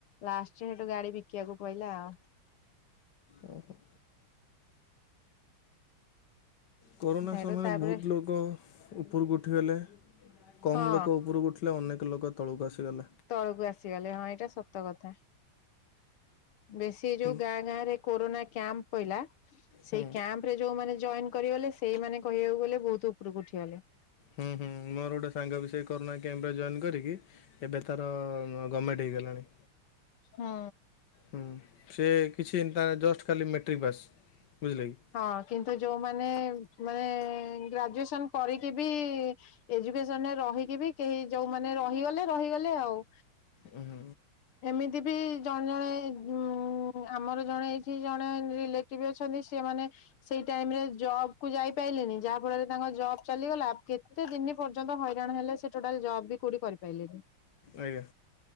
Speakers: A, on the left; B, on the left.
A: ଲାଷ୍ଟରେ ସେଠୁ ଗାଡି ବିକିବାକୁ ପଡିଲା ଆଉ
B: ଓହୋ। କରୋନା
A: ସେଇଠୁ
B: ସମୟରେ
A: ତାପରେ
B: ବହୁତ ଲୋକ ଉପରକୁ ଉଠିଗଲେ କମ୍
A: ହଁ
B: ଲୋକ ଉପରକୁ ଉଠି। ଅନେକ ଲୋକ ତଳକୁ ଆସିଗଲେ।
A: ତଳକୁ ଆସିଗଲେ ହଁ ଏଇଟା ସତ କଥା। ବେଶୀ ଯୋଉ
B: ହୁଁ
A: ଗାଁ ଗାଁରେ କୋରୋନା କ୍ୟାମ୍ପ ପଇଲା ସେଇ
B: ହୁଁ
A: କ୍ୟାମ୍ପରେ ଯୋଉମାନେ ଜଏନ କରିଗଲେ ସେଇମାନେ କହିବାକୁ ଗଲେ ବହୁତ ଉପରକୁ ଉଠିଗଲେ।
B: ହୁଁ ହୁଁ ମୋର ଗୋଟେ ସାଙ୍ଗ ବି ସେଇ କରୋନା କ୍ୟାମ୍ପରେ ଜଏନ୍ କରିକି ଏବେ ତାର ଗଭର୍ଣ୍ଣମେଣ୍ଟ୍ ହେଇଗଲାଣି।
A: ହୁଁ।
B: ହୁଁ ସେ କିଛି ତା ଜଷ୍ଟ ଖାଲି ମେଟ୍ରିକ୍ ପାସ୍ ବୁଝିଲେ କି।
A: ହଁ କିନ୍ତୁ ଯୋଉମାନେ ମାନେ ଗ୍ରାଜୁଏସନ କରିକି ବି ଏଜୁକସନରେ ରହିକି ବି କେହି ଯୋଉମାନେ ରହିଗଲେ ରହିଗଲେ ଆଉ।
B: ହୁଁ
A: ଏମିତି ବି ଜଣେ ଜଣେ ଆମର ଜଣେ ଏଇଠି ଜଣେ ରିଲେ ଟିଭ ଅଛନ୍ତି ସେମାନେ ସେଇ ଟାଇରେ ଜବକୁ ଯାଇ ପାରିଲେନି ଯାହା ଫଳରେ ତାଙ୍କ ଜବ୍ ଚାଲିଗଲା। କେତେ ଦିନ ପର୍ଯ୍ୟନ୍ତ ହଇରାଣ ହେଲେ ସେ ଟୋଟାଲ ଜବ୍ ବି କୋଉଠି କରିପାରିଲେନି।
B: ଆଜ୍ଞା।